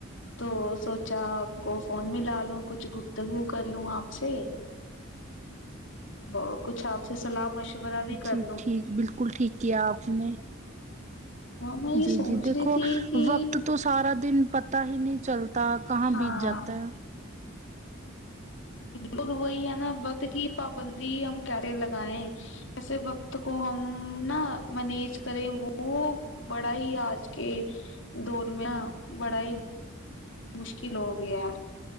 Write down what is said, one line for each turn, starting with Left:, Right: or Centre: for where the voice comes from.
Left: تو سوچا آپ کو فون ملا لوں کچھ گفتگو کر لوں آپ سے
Right: ج
Left: وہ کچھ آپ سے صلاح مشورہ بھی کر
Right: جی
Left: لوں
Right: ٹھیک بالکل ٹھیک کیا آپ نے
Left: میں یہ
Right: جی
Left: سوچ
Right: جی دیکھو
Left: رہی تھی کہ
Right: وقت تو سارا دن پتا ہی نہیں چلتا کہاں
Left: ہاں
Right: بیت جاتا ہے
Left: لڈ وہی ہے نا بت کی پابندی ہم کیسے لگائے ایسے وقت کو ہم نا مینج کریں وہ بڑا ہی آج کے دور میں بڑا ہی مشکل ہو گیا